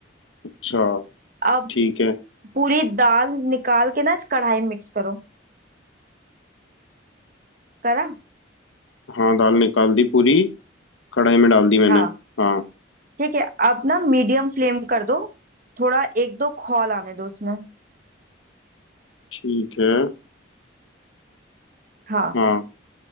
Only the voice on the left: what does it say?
अच्छा
ठीक है
हाँ दाल निकाल दी पूरी कढ़ाई में डाल दी मैंने
हाँ
ठीक है
हाँ